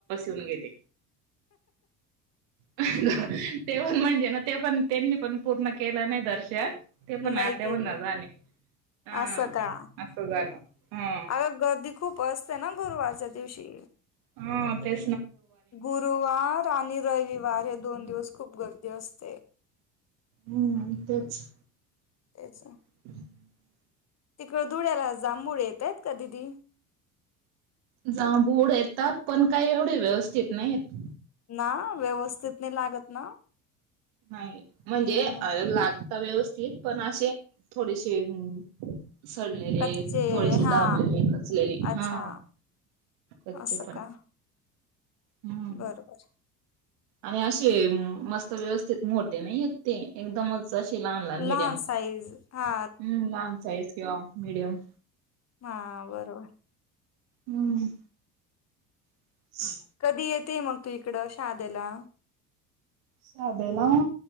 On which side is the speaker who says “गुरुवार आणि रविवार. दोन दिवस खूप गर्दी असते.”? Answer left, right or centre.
Left